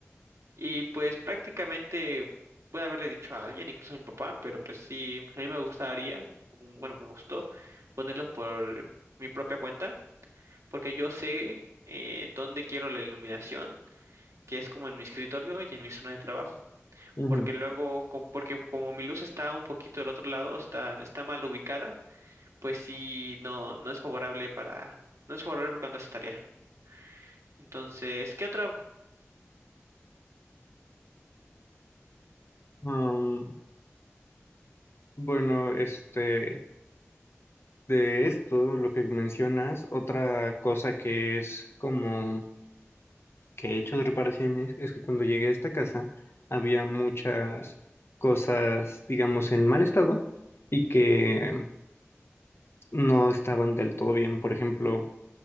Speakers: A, on the right; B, on the left.
A: Y pues prácticamente puede haberle dicho a alguien, incluso a mi papá, pero pues sí, a mí me gustaría, um, bueno, me gustó ponerlos por mi propia cuenta, porque yo sé eh, dónde quiero la iluminación, que es como en mi escritorio y en mi zona de trabajo.
B: Ujú.
A: Porque luego, co- porque como mi luz está un poquito del otro lado, está, está mal ubicada pues sí, no, no es favorable para, no es favorable cuando haces tarea. Entonces, ¿qué otra?
B: Am, bueno, este, de esto, lo que mencionas, otra cosa que es como que he hecho de reparaciones es que cuando llegué a esta casa había muchas cosas, digamos, en mal estado y que no estaban del todo bien. Por ejemplo,